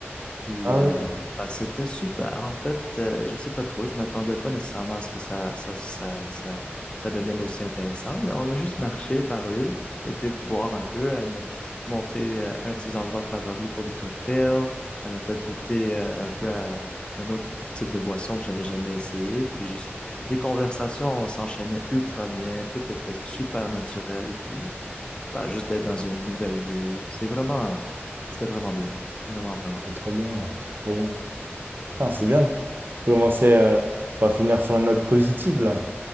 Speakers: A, on the left; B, on the right.
A: Puis,
B: Ah
A: euh,
B: oui,
A: bah, c'était super. En fait, euh, je sais pas trop. Je m'attendais pas nécessairement à ce que ça, ça, ça, ça, ça devienne aussi intéressant. Mais on a juste marché, parlé, été boire un peu. Elle m'a montré euh, un de ses endroits favoris pour des cocktails. Elle m'a fait goûter euh, un peu à un autre type de boisson que j'avais jamais essayé. Puis juste, les conversations s'enchaînaient ultra bien. Tout était super naturel. Puis, bah, juste d'être dans une nouvelle ville. C'est vraiment, euh, c'était vraiment bien. Vraiment, vraiment
B: c'est
A: bien.
B: trop bien, c'est trop bien. Ah, c'est bien. Commencer, euh, on va finir sur une note positive là.